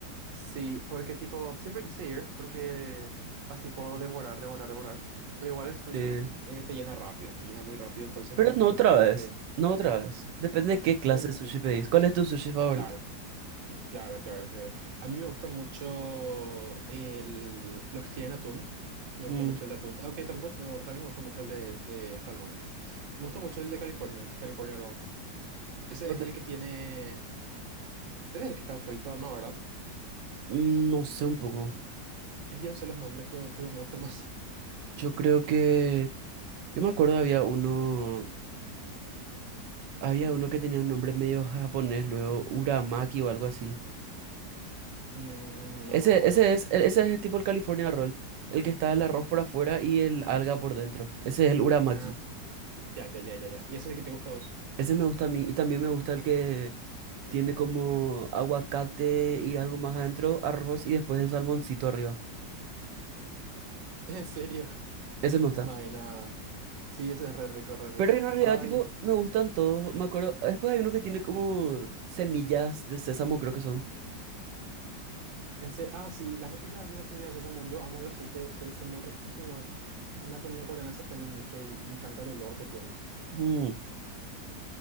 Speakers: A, on the right; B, on the right.
A: Sí, porque tipo, siempre quise ir, porque así puedo devorar, devorar, devorar. Pero igual el sushi,
B: Sí.
A: Eh, te llena rápido, te llena muy rápido, entonces
B: Pero
A: como
B: no
A: que tienes
B: otra
A: que
B: vez,
A: irte.
B: no otra vez. Depende de qué clase
A: Vos decís.
B: de sushi pedís. ¿Cuál es tu sushi favorito?
A: Claro, claro, claro, claro. A mí me gusta mucho el, los que tienen atún. Me gusta
B: Mm,
A: mucho el de atún. Aunque tampoco tengo, también me gusta mucho el de, de salmón. Me gusta mucho el de California, California Roll. Ese
B: no
A: es
B: te-
A: el que tiene... Ese es el que está frito, ¿no? ¿Verdad?
B: mm, no sé un poco.
A: Eh, Yo no sé los nombres, pero tipo me gustan más.
B: Yo creo que... Yo me acuerdo había uno... Había uno que tenía un nombre medio japonés, luego Uramaki o algo así.
A: Mm, no
B: Ese,
A: me acuerdo.
B: ese es, el- ese es tipo el California Roll. El que está el arroz por afuera y el alga por dentro. Ese es el Uramaki.
A: Ah, ya, ya, ya, ya, ya. ¿Y ese es el que te gusta a vos?
B: Ese me gusta a mí. Y también me gusta el que tiene como aguacate y algo más adentro, arroz y después el salmoncito arriba.
A: <laughs> ¿En serio?
B: Ese me gusta.
A: Maena. Sí, ese es re rico, re rico.
B: Pero en realidad,
A: Ay,
B: tipo, me gustan todos. Me acuerdo, después hay uno que tiene como semillas de sésamo, creo que son.
A: en se Ah, sí, las hijas, mira, sí, mira, sésamo. Yo amo el aceite de sésamo, riquísimo es. En la comida coreana se pone mucho y me encanta el olor que tiene.
B: Mm,